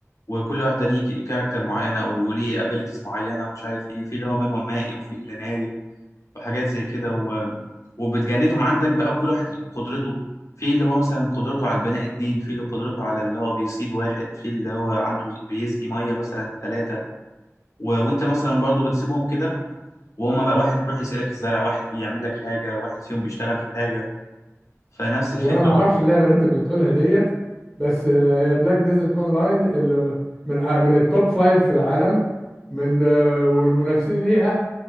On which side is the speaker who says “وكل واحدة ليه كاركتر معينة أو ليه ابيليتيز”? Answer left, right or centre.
Left